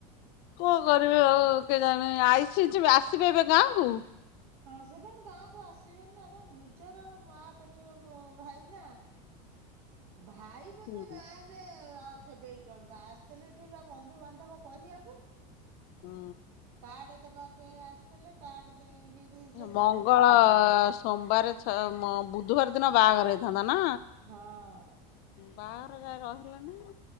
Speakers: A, on the left; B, on the right.
A: କଣ କରି
B: ହଉ
A: ଓ କେଜାଣି ଆଇସିଚି ଆସିବେ ଏବେ ଗାଁକୁ?
B: ହଁ ସେମାନେ ଗାଁ କୁ ଆସିବେନ ନା। ତାଙ୍କ ନିଜର ମା ପେଟର ଅ ଭାଇ ନା।
A: <inaudible>
B: ଭାଇ ବୋଧେ
A: ହୁଁ
B: ଗାଁ ରେ ଥିବେ କି କଣ ବା ଆସିଥିଲେ ଏଠି ବା ବନ୍ଧୁ ବାନ୍ଧବ କହିବାକୁ।
A: ହୁଁ।
B: କାର୍ଡ ଦେବା ପାଇଁ ଆସିଥିଲେ କାର୍ଡ ଦେଇକିରି ସେ ଯାଇନଥିବେ।
A: ମଙ୍ଗଳ ସୋମବାର ଛା ଅଁ ବୁଧବାର ଦିନ ବାହାଘର ହେଇଥାନ୍ତା ନା।
B: ହଁ
A: ବାହାଘର ଯାଏ ରହିଲନି।